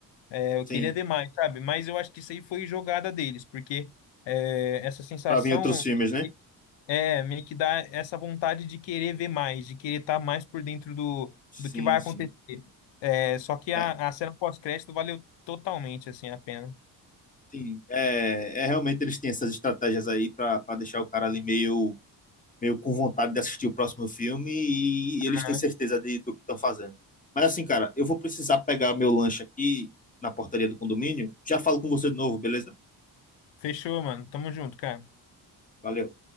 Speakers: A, on the left (about 80°); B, on the left (about 20°).
A: É, eu
B: sim.
A: queria ver mais, sabe? Mas eu acho que isso aí foi jogada deles, porque é, essa sensação.
B: Para vir outros filmes, né?
A: É, meio que dá essa vontade de querer ver mais, de querer estar mais por dentro do,
B: Sim,
A: do que vai
B: sim.
A: acontecer. É, só que
B: É,
A: a, a cena pós-crédito valeu totalmente, assim, a pena.
B: Sim, é, é realmente eles têm essas estratégias aí para deixar o cara ali meio, meio com vontade de assistir o próximo filme e, eles
A: Ah,
B: têm certeza de, do que estão fazendo. Mas assim, cara, eu vou precisar pegar meu lanche aqui na portaria do condomínio. Já falo com você de novo, beleza?
A: Fechou, mano. Tamo junto, cara.
B: Valeu.